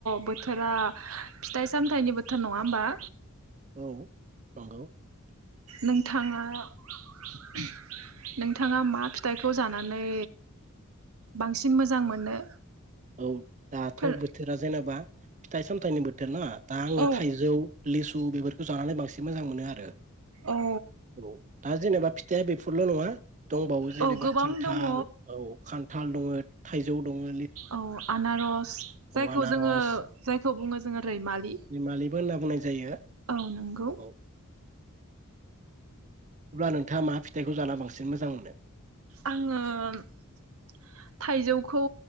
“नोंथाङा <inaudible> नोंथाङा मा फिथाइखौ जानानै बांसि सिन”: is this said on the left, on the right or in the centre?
Right